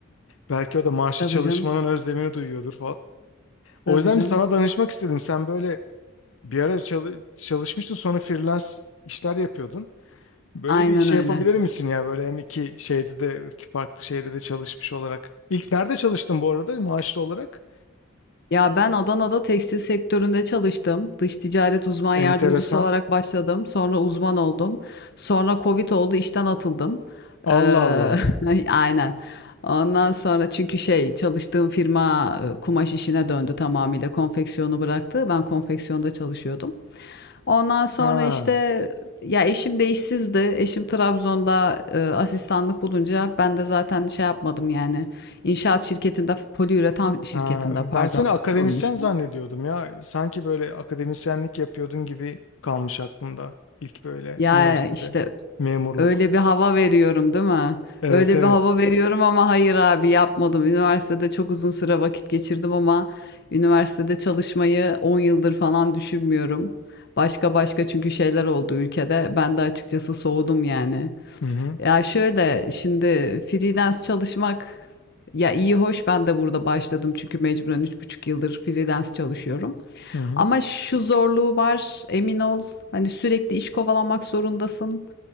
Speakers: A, on the left (about 75°); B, on the left (about 55°).
A: Belki o da maaşlı
B: Tabii
A: çalışmanın
B: canım,
A: özlemini duyuyordur O
B: tabii
A: yüzden
B: canım.
A: bir sana danışmak istedim. Sen böyle bir ara çalı- çalışmıştın sonra freelance işler yapıyordun. Böyle
B: Aynen
A: bir şey
B: öyle.
A: yapabilir misin ya böyle hem iki şeyde de iki farklı şeyde de çalışmış olarak. İlk nerede çalıştın bu arada maaşlı olarak?
B: Ya ben Adana'da tekstil sektöründe çalıştım. Dış ticaret uzman yardımcısı
A: Enteresan.
B: olarak başladım. Sonra uzman oldum. Sonra Covid oldu, işten atıldım.
A: Allah
B: Ee,
A: Allah.
B: <laughs> aynen. Ondan sonra çünkü şey çalıştığım firma e, kumaş işine döndü tamamıyla. Konfeksiyonu bıraktı. Ben konfeksiyonda çalışıyordum. Ondan sonra
A: Ha,
B: işte ya eşim de işsizdi. Eşim Trabzon'da e, asistanlık bulunca ben de zaten şey yapmadım yani. İnşaat şirketinde, poliüretan şirketinde
A: ha.
B: pardon
A: Ben seni akademisyen
B: bulmuştum.
A: zannediyordum ya. Sanki böyle akademisyenlik yapıyordun gibi kalmış aklımda. İlk böyle
B: Ya
A: üniversitede
B: işte
A: memurluk.
B: öyle bir hava veriyorum değil mi?
A: Evet
B: Öyle
A: evet.
B: bir hava veriyorum ama hayır abi yapmadım. Üniversitede çok uzun süre vakit geçirdim ama üniversitede çalışmayı 10 yıldır falan düşünmüyorum. Başka başka çünkü şeyler oldu ülkede. Ben de açıkçası soğudum yani.
A: Hı hı.
B: Ya şöyle şimdi freelance çalışmak ya iyi hoş ben de burada başladım çünkü mecburen üç buçuk yıldır freelance çalışıyorum.
A: Hı hı.
B: Ama şu zorluğu var emin ol hani sürekli iş kovalamak zorundasın.